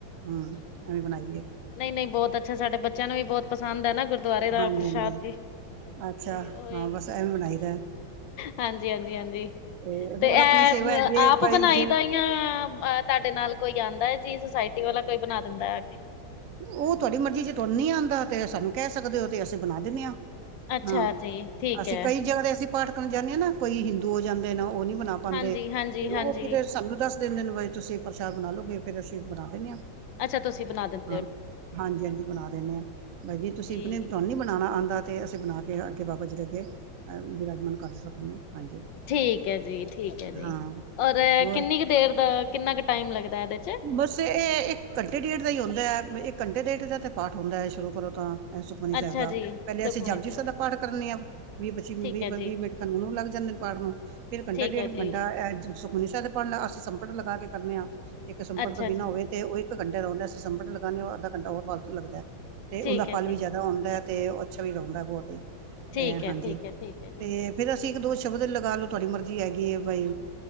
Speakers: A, on the right; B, on the left.
A: ਹਮ ਅਵੇਂ ਬਣਾਈਏ ਦੀਏ।
B: ਨਹੀਂ ਨਹੀਂ ਬਹੁਤ ਅੱਛਾ। ਸਾਡੇ ਬੱਚਿਆਂ ਨੂੰ ਵੀ ਬਹੁਤ ਪਸੰਦ ਹੈ ਨਾ ਗੁਰਦੁਆਰੇ ਦਾ
A: ਹਾਂਜੀ
B: ਪ੍ਰਸ਼ਾਦ
A: ਹਾਂਜੀ
B: ਜੀ।
A: ਅੱਛਾ
B: ਤੇ ਉ ਓਹੀ
A: ਹਾਂ ਬਸ ਐਵੇਂ ਬਣਾਈ ਦਾ
B: ਹਾਂਜੀ ਹਾਂਜੀ ਹਾਂਜੀ।
A: ਤੇ
B: ਤੇਂ
A: ਹੋਰ ਆਪਣੀ
B: ਇਹ
A: ਸੇਵਾ ਹੈਗੀ
B: ਆਪ।
A: ਭਾਈ
B: ਬਣਾਈ
A: ਜੇ
B: ਦਾ ਤੁਹਾਡੇ ਨਾਲ ਕੋਈ ਆਉਂਦਾ ਜੀ। ਸੋਸਾਇਟੀ ਵਾਲਾ ਕੋਈ ਬਣਾ ਦਿੰਦਾ ਆ ਕੇਂ।
A: ਉਹ ਤੁਹਾਡੀ ਮਰਜ਼ੀ ਚ ਤੁਹਾਨੂੰ ਨੀ ਆਉਂਦਾ। ਤੇ ਸਾਨੂੰ ਕਹਿ ਸਕਦੇ ਹੋ। ਤੇ ਅਸੀਂ ਬਣਾ ਦਿੰਦੇ ਹਾਂ।
B: ਅੱਛਾ
A: ਹਾਂ
B: ਜੀ, ਠੀਕ
A: ਅਸੀਂ
B: ਐ,
A: ਕਈ ਜਗ੍ਹਾ ਦੇ ਅਸੀਂ ਪਾਠ ਕਰਨ ਜਾਂਦੇ ਹਾਂ ਨਾਂ। ਕੋਈ ਹਿੰਦੂ ਹੋ ਜਾਂਦੇ ਨਾਂ ਉਹ ਨੀ ਬਨਾਅ
B: ਹਾਂਜੀ-ਹਾਂਜੀ-ਹਾਂਜੀ।
A: ਉਹ ਫਿਰ ਸਾਨੂੰ ਦੱਸ ਦਿੰਦੇ ਆ ਤੁਸੀਂ ਪ੍ਰਸ਼ਾਦ ਬਣਾ ਲੋਗੇ ਫਿਰ ਅਸੀਂ ਬਣਾ ਦਿੰਦੇ ਆ
B: ਅੱਛਾ ਤੁਸੀਂ ਬਣਾ ਦਿੰਦੇ ਹੋ।
A: ਹਾਂ ਹਾਂਜੀ ਹਾਂਜੀ ਬਣਾ ਦਿੰਦੇ। ਹਾਂ ਬਾਈ ਜੀ ਤੁਸੀਂ
B: ਠੀਕ।
A: ਨਹੀਂ ਬਣਾਉਣਾ ਆਉਂਦਾ। ਤੇ ਅਸੀਂ ਬਣਾ ਕੇ ਅੱਗੇ ਬਾਬਾ ਜੀ ਅੱਗੇ ਵਿਰਾਜਮਾਨ ਕਰ ਸਕਦੇ ਹਾਂ ਹਾਂਜੀ।
B: ਠੀਕ ਹੈ ਜੀ ਠੀਕ ਹੈ ਜੀ।
A: ਹਾਂ
B: ਔਰ
A: ਹੋਰ
B: ਕਿੰਨੀ ਕੁ ਦੇਰ ਦਾ ਕਿੰਨਾ ਕੁ ਟਾਈਮ ਲੱਗਦਾ ਇਹਦੇ।
A: ਬਸ ਇਹ ਇੱਕ ਘੰਟੇ ਡੇਟ ਦਾ ਹੀ ਹੁੰਦਾ ਹੈ। ਇੱਕ ਘੰਟੇ ਡੇਟ ਦਾ ਤਾਂ ਪਾਠ ਹੁੰਦਾ ਹੈ। ਸ਼ੁਰੂ ਕਰੋ ਤਾਂ। ਸੁਖਮਨੀ ਸਾਹਿਬ
B: ਅੱਛਾ
A: ਦਾ।
B: ਜੀ,
A: ਪਹਿਲੇ
B: ਸੁਖਮਨੀ
A: ਅਸੀਂ ਜਾਪਜੀ ਸਾਹਿਬ ਦਾ
B: ਜੀ,
A: ਪਾਠ ਕਰਨੇ ਹਾਂ। ਵੀਹ ਪੱਚੀ ਵੀਹ
B: ਠੀਕ ਹੈ ਜੀ,
A: ਵੀਹ ਮਿੰਟ ਤੁਾਨੂੰਹ ਲੱਗ ਜਾਂਦੇ ਨੇ। ਪਾਠ ਨੂੰ ਫੇਿਰ ਕੰਢਾ
B: ਠੀਕ
A: ਡੇਢ
B: ਹੈ ਜੀ,
A: ਕੰਡਾ ਸੁਖਮਨੀ ਸਾਹਿਬ ਦਾ ਅਸੀਂ ਸੰਪਟ ਲਗਾ ਕੇ ਕਰਨੇ ਆ। ਇੱਕ ਸੰਪਟ
B: ਅੱਛਾ
A: ਤੋਂ ਬਿਨਾ
B: ਜੀ।
A: ਹੋਵੇ। ਤੇ ਉਹ ਇੱਕ ਘੰਟਾ ਆਸੀਂ ਸੰਬਰਟ ਲਿਆਂਦੇ। ਅੱਧਾ ਘੰਟਾ ਫਲੂ ਲੱਗਦਾ ਤੇ
B: ਠੀਕ
A: ਉਹਦਾ
B: ਹੈ
A: ਫਲ
B: ਜੀ,
A: ਵੀ ਜ਼ਿਆਦਾ ਹੁੰਦਾ ਤੇ ਅੱਛਾ ਵੀ ਰਹਦਾ ਬਹੁਤ ਹੀ। ਤੇ
B: ਠੀਕ ਹੈ,
A: ਹਾਂਜੀ
B: ਠੀਕ ਹੈ, ਠੀਕ ਹੈ ਜੀ,
A: ਤੇ। ਫੇਰ ਅਸੀਂ ਇੱਕ ਦੋ ਸ਼ਬਦ ਲਗਾ ਲਓ। ਤੁਹਾਡੀ ਮਰਜ਼ੀ ਹੈਗੀ ਹੈਂ ਬਾਈ।